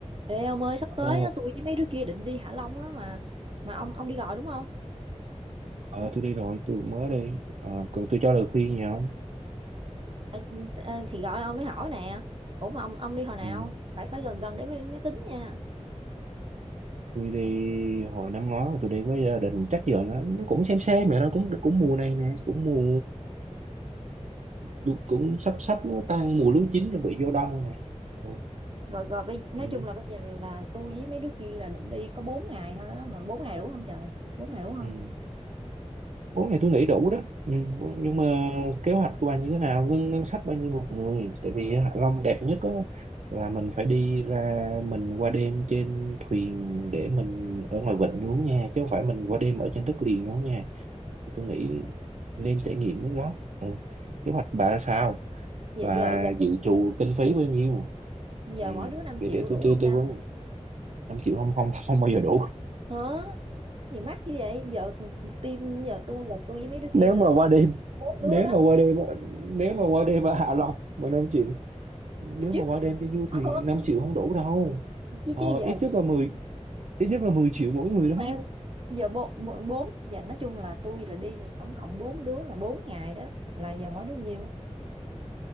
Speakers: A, on the right; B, on the right.
A: Ê ông ơi sắp tới
B: Ờ,
A: á, tôi với mấy đứa kia định đi Hạ Long á mà mà ông ông đi gọi đúng không?
B: ờ, tôi đi rồi, tôi cũng mới đi. Ờ, cần tôi cho lời khuyên gì không?
A: Ờ, ờ, thì gọi ông để hỏi nè. Ủa mà ông ông đi hồi nào?
B: Ừ.
A: Phải phải gần gần để mới, mới tính nha.
B: Tôi đi hồi năm ngoái mà tôi đi với gia đình chắc giờ nó nó cũng xem xem rồi đó cũng cũng mùa này nè cũng mùa lu- cũng sắp sắp nó tan mùa lúa chín chuẩn bị vô đông rồi nè ừ.
A: Rồi rồi bây nói
B: Ừ.
A: chung là bây giờ là tôi với mấy đứa kia là định đi có bốn ngày thôi đó mà 4 ngày đủ không trời? 4 ngày đủ không?
B: ừ. bốn ngày tôi nghĩ đủ đó ừ. nhưng mà kế hoạch của bạn như thế nào ngân ngân sách bao nhiêu một người tại vì Hạ Long đẹp nhất á, là mình phải đi ra mình qua đêm trên thuyền để mình ở ngoài vịnh luôn nha chứ không phải mình qua đêm ở trên đất liền đâu nha tôi nghĩ nên trải nghiệm cái đó ừ. kế hoạch bà là sao
A: Giờ
B: bà
A: giờ giờ
B: dự trù kinh phí bao nhiêu
A: giờ
B: ừ.
A: mỗi đứa 5
B: để
A: triệu
B: để
A: đủ
B: tôi tư
A: không
B: tư
A: ta?
B: vấn 5 triệu không không không bao giờ đủ
A: Hả? Gì mắc như vậy? Giờ team giờ tôi là tôi với mấy đứa kia
B: nếu mà
A: là tổng
B: qua đêm
A: cộng có bốn
B: nếu
A: đứa đó
B: mà qua đêm ở- nếu mà qua đêm ở Hạ Long mà năm triệu nếu
A: <laughs> chứ.
B: mà qua đêm cho du
A: Ờ,
B: thì 5 triệu không đủ đâu
A: chứ
B: ờ,
A: chứ giờ
B: ít nhất là mười ít nhất là 10 triệu mỗi người đó
A: Phải không? giờ bốn bốn bốn- giờ nói chung là tôi là đi là tổng cộng bốn đứa là bốn ngày đó là giờ mỗi đứa nhiêu